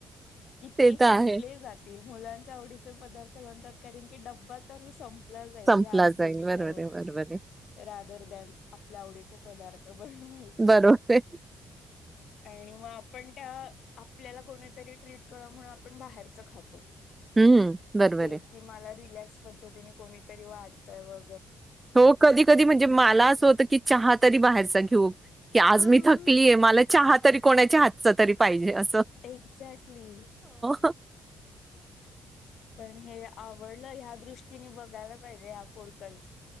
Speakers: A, on the left (about 70°); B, on the right (about 20°).
A: कि ते
B: तर
A: संपले
B: आहे.
A: जातील मुलांच्या आवडीचे पदार्थ म्हणतात कारन की ड्बा तरी संप जाल
B: संपला
A: हपेक्षावर
B: जाईल. बरोबर आहे, बरोबर आहे.
A: रादर देण न आपल्या आव पार्थ बनवाय
B: बरोबर आहे.
A: आणि मग पण त्या आपल्याला कोणीतरी ट्रीक करा म्हण आपण बाहेरच खातो
B: हं, बरोबर
A: ते
B: आहे.
A: कि मला रिलॅक्स पद्धतीने कोणीतरी वाढतय व
B: हो कधी कधी म्हणजे मला असं होतं की चहा तरी बाहेरच घेऊ की आज
A: हा
B: मी थकलीय
A: हा
B: मला चहा तरी कोणाच्या हातचा तरी पाहिजे असं
A: एक्झॅक्टली
B: ह
A: पण हे आवडलं ह्या दृष्टीने बघायला पाहिजे या फोडकल